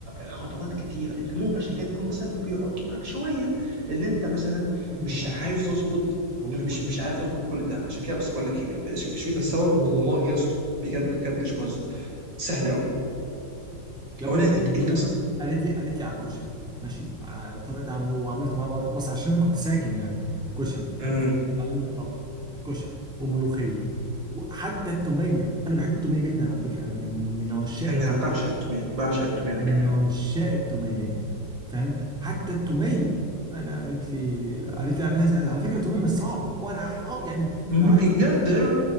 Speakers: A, on the right; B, in the centre.
A: خطوات كتيرة انت ممكن عشان كده تكون مثلا بيعك معاك شوية لان انت مثلا
B: يا ابني
A: مش
B: ده كله
A: عارف تظبط
B: والله
A: مش
B: كله
A: مش عارف تظبط كل ده عشان كده بس بقول لك ايه بقول لك شوية السوا والله يا اسطى بجد بجد مش بهزر سهل قوي
B: يا ابني
A: اولا
B: بقول
A: انت انت
B: لك
A: مثلا
B: قالت لي قالت لي على الكشري ماشي على طريقه عمله وعملت معاه بر- بس عشان انا كنت ساكن يعني كشري
A: امم
B: فتعلمني الطبخ كشري وملوخيه وحتى التوميه انا بحب التوميه جدا على فكره انا من من عشاق
A: انا بعشق التوميه بعشق التوميه انا
B: من
A: كمان
B: عشاق التوميه كده فاهم حتى التوميه انا قالت لي قالت لي اعملها زي... على فكره التوميه مش صعبه وانا ح- يعني
A: بجد
B: لو عايز